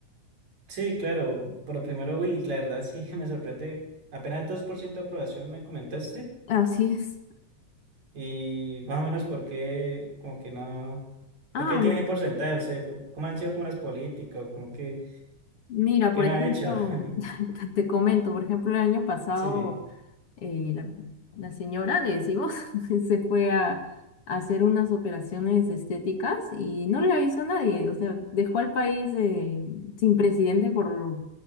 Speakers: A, on the right; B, on the left.
A: Sí, claro, pero primero, uy, la verdad sí <laughs> me sorprende. Apenas 2% de aprobación me comentaste
B: Así es.
A: y más o menos por qué, como que no,
B: Ah,
A: ¿por qué tienes ese porcentaje? O sea, po- ¿cómo han sido como las políticas o como que,
B: mira,
A: qué
B: por
A: no
B: ejemplo,
A: ha hecho? <laughs>
B: <laughs> te te comento, por ejemplo, el año pasado.
A: Sí,
B: eh, la, la señora, le decimos, <laughs> se fue a, a hacer unas operaciones estéticas y no le avisó a nadie. O sea, dejó al país eh, sin presidente por,